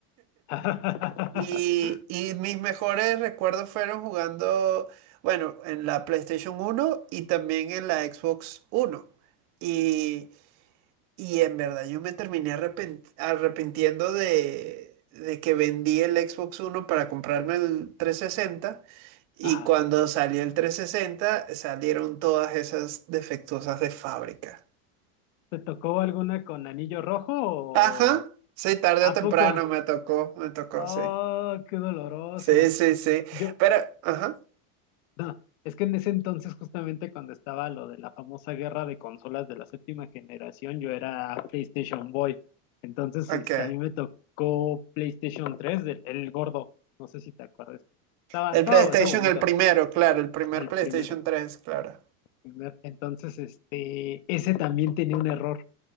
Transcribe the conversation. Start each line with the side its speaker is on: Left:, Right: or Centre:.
Left: <laughs>
Right: Y, y mis mejores recuerdos fueron jugando, bueno, en la PlayStation uno y también en la Xbox uno y Y en verdad yo me terminé arrepent- arrepintiendo de, de que vendí el Xbox One para comprarme el 360 y
Left: Ajá.
Right: cuando salió el 360 salieron todas esas defectuosas de fábrica.
Left: ¿Te tocó alguna con anillo rojo
Right: Ajá,
Left: o
Right: sí, tarde
Left: a
Right: o temprano
Left: poco?
Right: me tocó, me tocó,
Left: Oh,
Right: sí.
Left: qué doloroso.
Right: Sí, sí, sí.
Left: Yo,
Right: Pero, ajá,
Left: no, es que en ese entonces, justamente cuando estaba lo de la famosa guerra de consolas de la séptima generación, yo era PlayStation Boy. Entonces,
Right: ok.
Left: este, a mí me tocó PlayStation tres el, el gordo. No sé si te acuerdas que estaba,
Right: El
Left: estaba,
Right: PlayStation,
Left: estaba bonito
Right: el primero, claro, el primer
Left: el
Right: PlayStation
Left: primero.
Right: tres claro.
Left: ¿verdad? Entonces, este, ese también tenía un error.